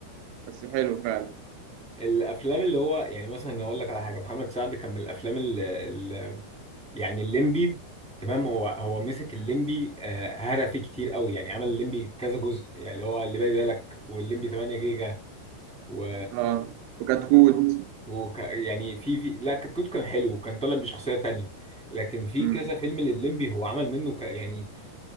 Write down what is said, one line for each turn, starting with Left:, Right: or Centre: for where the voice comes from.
Right: بس حلو فعلا
Centre: الافلام اللي هو يعني مثلا اقول لك على حاجه محمد سعد كان من الافلام اللي, اللي يعني الليمبي تمام هو هو مسك الليمبي آه، هرى فيه كتير قوي يعني عمل الليمبي كذا جزء يعني اللي هو اللي بالي بالك والليمبي 8 جيجا و,
Right: اه وكتكوت
Centre: وك يعني في في لا كتكوت كان حلو وكان طالع بشخصيه تانية لكن في
Right: امم
Centre: كذا فيلم للليمبي هو عمل منه ك يعني